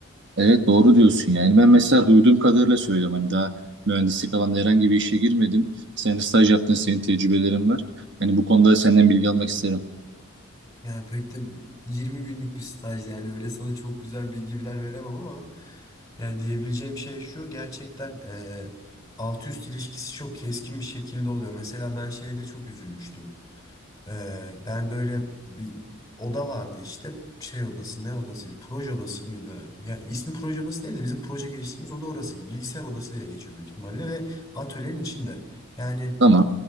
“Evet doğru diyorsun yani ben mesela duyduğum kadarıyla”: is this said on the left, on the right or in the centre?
Right